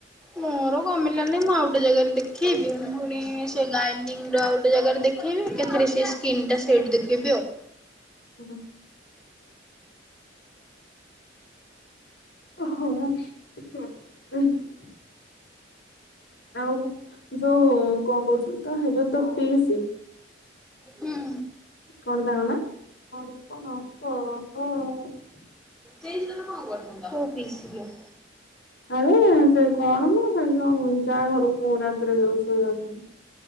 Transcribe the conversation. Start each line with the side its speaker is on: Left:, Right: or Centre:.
Centre: ମୋର କମିଲା ନି ମୁଁ ଆଉଟେ ଜାଗାରେ ଦେଖେବି ପୁଣି ସେ ଗାଇନିଙ୍ଗ୍ ର ଆଉଟେ ଜାଗାରେ ଦେ ଖେଇବି ଏକାଥରେ ସେ ସ୍କିନ୍ ଟା ସେଟି ଦେଖେଇବି ଆଉ।
Left: ଉଁ ହୁଁ। ହଁଉ <unintelligible> ଆଉ ଯୋଉ କଣ କହୁଥିଲୁ ତ ହେ ଯୋଉ ତ ପିସି
Centre: ହୁଁ।
Left: କଣ ତାଙ୍କ ନାଁ <unintelligible>
Centre: ତେଇଶ ଦରେ କଣ କର୍ଥାନ୍ତ। କୋଉ ପିସି ଲୋ।
Left: ଆରେ ସେ କଣ ମୁଁ ସେ ଯ‌ଉ ଯାହା ଘରକୁ ରାତିରେ ଯଉ ଶୋଇବା ପାଇଁ।